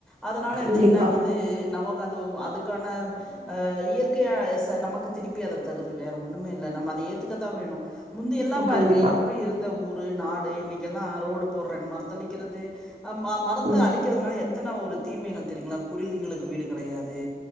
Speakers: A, in the centre; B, on the right.
A: அதனால
B: கண்டிப்பா
A: அது என்னாகுது நமக்கு அது அதுக்கான இயற்கையை ச நமக்கு திருப்பி அத தருது வேற ஒண்ணுமே இல்ல நம்ம அத ஏத்துக்கத்தான் வேணும் முந்தியெல்லா பாருங்க
B: கண்டிப்பா.
A: எப்படி இருந்த ஊர் டு நாடு இன்னைக்கு எல்லா ரோடு போடுறேன்ன மரத்தளிக்கிறது ம மரத்தை
B: ம்.
A: அழிக்கிறதுனால எத் எத்தன ஒரு தீமைகள் தெரியுங்களா குருவிங்களுக்கு வீடு கிடையாது